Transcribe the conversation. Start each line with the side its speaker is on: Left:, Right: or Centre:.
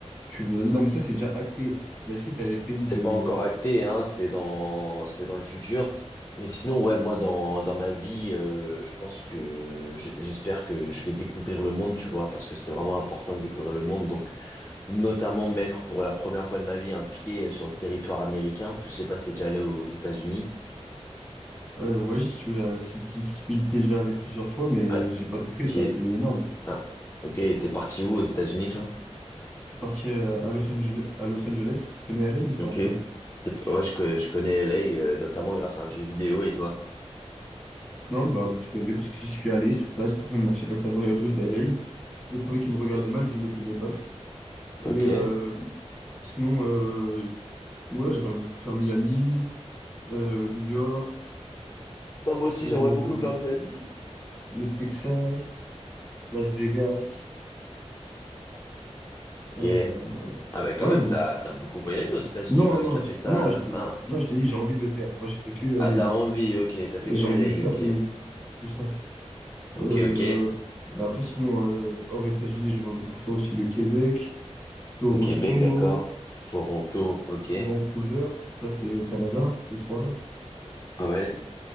Centre: Tu veux... Non, mais ça, c'est déjà acté. Mais est-ce que tu as des pays
Left: C'est
Centre: de...
Left: pas encore acté, hein. C'est dans, c'est dans le futur. Mais sinon, ouais, moi dans dans ma vie, euh, je pense que j'- j'espère que je vais découvrir le monde, tu vois, parce que c'est vraiment important de découvrir le monde. Donc notamment mettre pour la première fois de ma vie un pied sur le territoire américain. Je sais pas si t'es déjà allé aux États-Unis.
Centre: Euh, ouais, j'y suis, si j'y suis déjà allé plusieurs fois, mais
Left: Ah,
Centre: j'ai pas tout fait.
Left: t'y
Centre: C'est un
Left: es-
Centre: pays énorme.
Left: ah, ok, t'es parti où aux États-Unis, toi?
Centre: Je suis parti euh, à Los Angeles, à Los Angeles. Tu connais LA ou pas
Left: Ok.
Centre: un peu?
Left: T'es- Ouais, je, co- je connais LA, euh, notamment grâce à un jeu vidéo, et toi?
Centre: Non, bah, moi, je connais parce que j'y suis allé sur place. J'étais en train de marcher comme ça dans les rues d'LA. Le premier qui me regardait
Left: Ok.
Centre: mal, je lui mettais des baffes.
Left: Ok.
Centre: Et euh, sinon, euh, voilà, j'aimerais beaucoup faire Miami, euh, New York,
Left: Ah, moi aussi,
Centre: euh,
Left: j'aimerais beaucoup faire Miami.
Centre: le Texas, Las Vegas.
Left: Ok.
Centre: Euh,
Left: Ah bah quand
Centre: ouais,
Left: même, t'as t'as beaucoup voyagé aux États-Unis
Centre: Non,
Left: quand même,
Centre: non,
Left: t'as
Centre: je-
Left: fait ça.
Centre: non,
Left: euh,
Centre: je t'ai,
Left: Hein.
Centre: non, je t'ai dit, j'ai envie de le faire. Moi, j'ai fait que LA.
Left: Ah, t'as envie, ok, t'as fait
Centre: Et j'ai
Left: que
Centre: envie
Left: LA,
Centre: de faire
Left: ok.
Centre: tout, tout ça.
Left: Ok,
Centre: Euh,
Left: ok.
Centre: mais après, sinon, euh, hors États-Unis, j'aimerais beaucoup faire aussi le Québec, Toronto,
Left: Le Québec, d'accord. Toronto, ok.
Centre: Vancouver. Ça, c'est au Canada, les trois.
Left: Ouais.